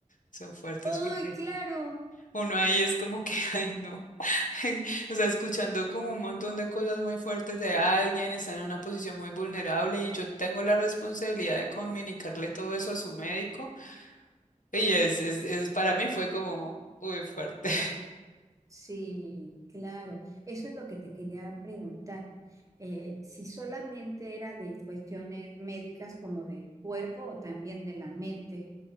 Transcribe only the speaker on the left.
son fuertes
porque
uno ahí es como que, <laughs> ay, no. <laughs> O sea, escuchando como un montón de cosas muy fuertes de alguien, está en una posición muy vulnerable y yo tengo la responsabilidad de comunicarle todo eso a su médico. Y es, es, es para mí fue como muy fuerte.